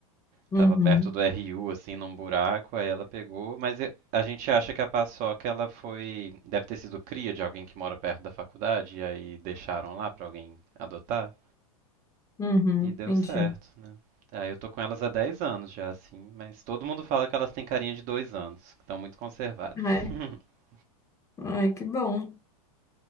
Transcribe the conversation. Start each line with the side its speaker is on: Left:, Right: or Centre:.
Left: uhum,
Right: Tava perto do RU, assim, num buraco, aí ela pegou, mas e- a gente acha que a paçoca ela foi, deve ter sido cria de alguém que mora perto da faculdade, e aí deixaram lá pra alguém adotar,
Left: uhum,
Right: e deu
Left: entendi.
Right: certo, né? Aí eu tô com elas há 10 anos já, assim, mas todo mundo fala que elas têm carinha de dois anos, que estão muito conservadas. <laughs>
Left: Ai, ai, que bom.